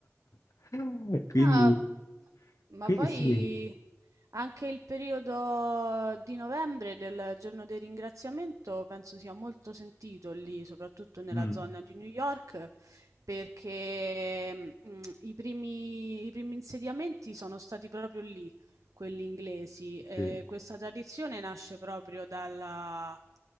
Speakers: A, on the left; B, on the right.
A: <laughs> Quindi,
B: No, ma
A: quindi
B: poi
A: sì.
B: anche il periodo di novembre del giorno del ringraziamento penso sia molto sentito lì, soprattutto nella
A: Mm,
B: zona di New York, perché mm, i primi, i primi insediamenti sono stati proprio lì, quelli inglesi. E
A: sì.
B: questa tradizione nasce proprio dalla-